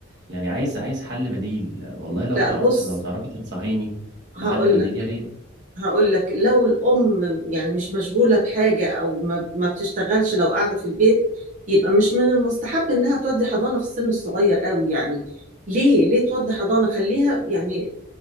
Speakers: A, on the right (about 60°); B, on the right (about 40°).
A: يعني عايز عايز حل بديل والله لو
B: لا
A: تعرف
B: بص
A: لو تعرفي تنصحيني
B: هقول
A: بحل بديل
B: لك
A: يا ريت
B: هقول لك لو الأم يعني مش مشغولة بحاجة أو ما ما بتشتغلش لو قاعدة في البيت يبقى مش من المستحب إنها تودي حضانة في السن الصغير قوي يعني ليه ليه تودي حضانة خليها يعني